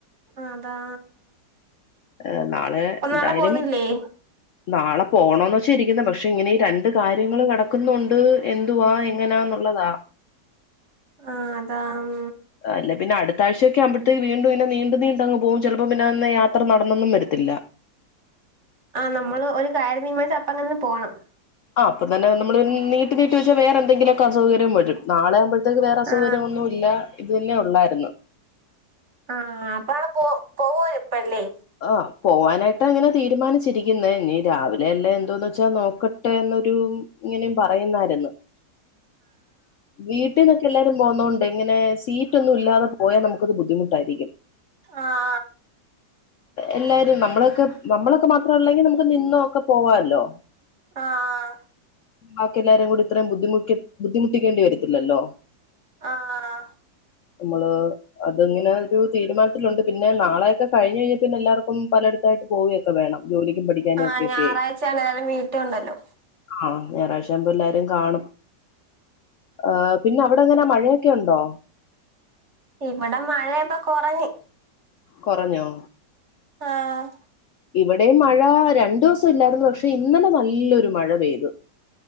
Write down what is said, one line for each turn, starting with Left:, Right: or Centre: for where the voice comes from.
Right: അതാ
Left: ഏഹ് നാളെ
Right: അപ്പൊ
Left: എന്തായാലും
Right: നാളെ പോകുന്നില്ലേ
Left: നാളെ പോണന്ന് വെച്ച ഇരിക്ക്ന്നെ പക്ഷെ ഇങ്ങനെ ഈ രൺ ണ്ട് കാര്യങ്ങള് കെടക്കുന്നുണ്ട് എന്തുവാ എങ്ങനാന്നുള്ളതാ
Right: ആ അതാ ഉം
Left: അല്ല പിന്നെ അടുത്താഴ്ചയൊക്കാകുമ്പഴത്തേ വീണ്ടും നെ നീണ്ട് നീണ്ടങ് പോം ചെലപ്പോം പിന്നന്ന് യാ ത്ര നടന്നൊന്നും വരത്തില്ല
Right: ആ നമ്മള് ഒരു കാര്യം തീര്മാനിച്ച അപ്പം തന്നെ പോണം
Left: ആ അപ്പത്തെന്നെ നമ്മള് നീട്ടി നീട്ടി വെച്ച വേറെന്തെങ്കിലൊക്കെ അസൗകര്യം വരും നാളെയാകുമ്പോ ഇത്തക്ക് വേറെ അസൗകര്യോന്നുല്ല
Right: ആ
Left: ഇത് തന്നെ ഒള്ളായിര്ന്നു
Right: ആ അപ്പവടെ പോ പോവ ഇപ്പല്ലേ
Left: ആഹ് പോവാനായിട്ടങ്ങനെ തീരുമാനിച്ചിരിക്ക്ന്നേ ഇനി രാവിലെ അല്ലേ എന്തോന്ന് വെച്ചാ നോക്കട്ടെന്നൊരു ഇങ്ങനേം പറയുന്നാരുന്നു
Right: <inaudible>
Left: വീട് ട്ടീന്നൊക്കെ എല്ലാരും പോന്നോണ്ട് ഇങ്ങനെ സീറ്റൊന്നും ല്ലാതെ പോയാ നമുക്കൊരു ബുദ്ധിമുട്ടായിരിക്കും
Right: ആഹ്
Left: എല്ലാരും നമ്മളൊക്കെ നമ്മളൊക്കെ മാത്രൊള്ളെങ്കി നമുക്ക് നിന്നൊക്കെ പോവാല്ലോ
Right: ആഹ് ആഹ്
Left: ബാക്കി എല്ലാരും കൂടി ഇത്രേം ബുദ്ധിമുക്കി ബുദ്ധിമുട്ടിക്കേണ്ടി വരത്തില്ലല്ലോ
Right: ആഹ്
Left: നമ്മള് അത്ങ്ങനെ ഒരു തീരുമാനത്തിലുണ്ട് പിന്നെ നാളെയൊക്കെ കഴിഞ്ഞയ്ഞ്ഞ പിന്നെല്ലാർക്കും പലേട്ത്തായിട്ടും പോവൊക്കെ വേണം ജോലിക്കും പഠിക്കാനും
Right: ആഹ്
Left: ഒക്കെ
Right: ഞായറാഴ്ചയാണ്
Left: ഒക്കെ
Right: എല്ലാരും വീട്ടിലുണ്ടല്ലോ
Left: ആഹ് ഞാറാഴ്ച്ചാകുമ്പോ എല്ലാരും കാണും ആ പിന്നെ അവടെങ്ങന മഴയൊക്കെ ഉണ്ടോ
Right: ഇവടെ മഴപ്പൊ കൊറഞ്ഞ്
Left: കൊറഞ്ഞോ
Right: ആഹ്
Left: ഇവിടേം മഴ രണ്ടുസം ഇല്ലാര്ന്നു പക്ഷെ ഇന്നലെ നല്ലൊരു മഴ പെയ്തു